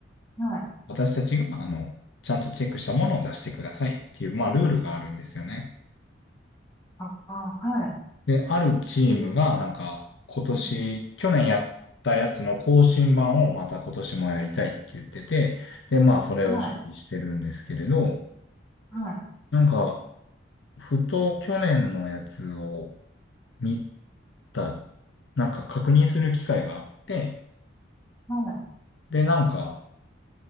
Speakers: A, on the left; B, on the left.
A: はい、
B: 私たちが、あの、ちゃんとチェックしたものを出してくださいっていう、まあ、ルールがあるんですよね。
A: あ、あはい、
B: で、あるチームが、なんか、今年、
A: うん
B: 去年やったやつの更新版をまた今年もやりたいって言ってて、で、まあ、それを準備してるんですけれど、
A: はい、はい、
B: なんか、ふと去年のやつを見た、なんか確認する機会があって、
A: はい、
B: で、なんか、